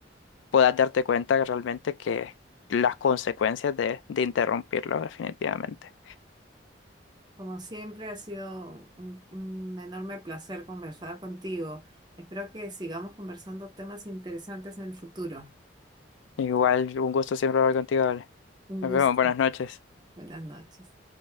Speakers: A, on the left; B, on the right.
A: puedas darte cuenta realmente que las consecuencias de, de interrumpirlo definitivamente.
B: Como siempre, ha sido un, un enorme placer conversar contigo. Espero que sigamos conversando temas interesantes en el futuro.
A: Igual, un gusto siempre hablar contigo, Ale.
B: Un
A: Nos
B: gusto.
A: vemos, buenas noches.
B: Buenas noches.